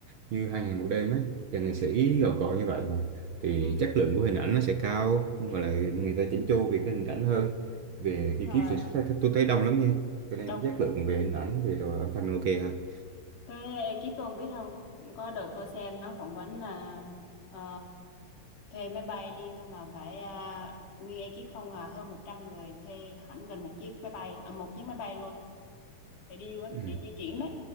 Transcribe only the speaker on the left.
ừ
rồi
đọc
cái ekip ông biết không có đợt tôi xem nó phỏng vấn là ờ, thuê máy bay đi thôi mà phải à, nguyên ekip không à hơn 100 người thuê hẳn gần một chiếc máy bay à, một chiếc máy bay luôn để đi luôn
để di chuyển đấy